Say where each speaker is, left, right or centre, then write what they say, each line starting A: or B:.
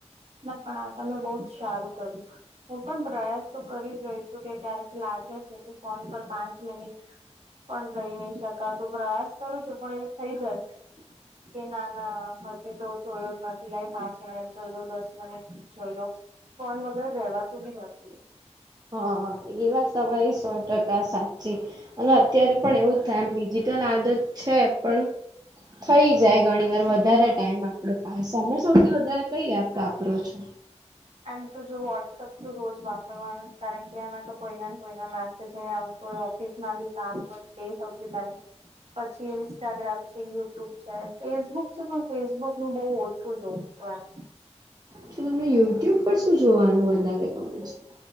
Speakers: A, on the right; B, on the right.
A: ના પણ આ તમે બહુ જ સારું કર્યું હું પણ પ્રયાસ તો કરી જ રહી છું કે ક્યારેક લાગે છે કે ફોન પર પાંચ મિનિટ પણ રહી નઈ શક તું પ્રયાસ કરું છું પણ એવું થઇ જાય કે ના ના હજી તો જોયો જ નથી લાગ પાંચ મિનિટ જલો બસ મને જોઈ લો ફોન વગર રેવાતું બી નથી
B: હા એ વાત તમારી સો ટકા સાચી અને અત્યારે પણ એવું જ થાય એમ ડિજિટલ આદત છે પણ થઈ જાય ગણી વાર વધારે ટાઈમ આપડો પાસ અનેમે સૌથી વધારે કઈ એપ વાપરો રો છો
A: એમ તો જો વોટ્સઅપ તો રોજ વાપરવાનું કારણ કે એમાં તો કોઈના ને કોઈના મેસે જે ઓફિસમાં કામ હોય એટલે સૌથી પહેલા પછી ઇન્સ્ટાગ્રામ છે યુટ્યુબ છે ફેસબુક છે પણ ફેસબુકું બહુ ઓછું જોઉં છું એમ
B: તો તમને યુટ્યુબ પર શું જોવાનું વધારે કોમેન્ટ